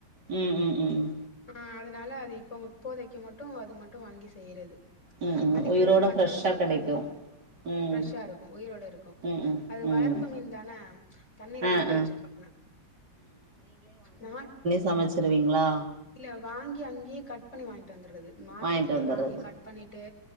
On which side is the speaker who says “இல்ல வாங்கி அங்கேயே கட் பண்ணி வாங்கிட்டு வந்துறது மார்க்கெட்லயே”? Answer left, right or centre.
Left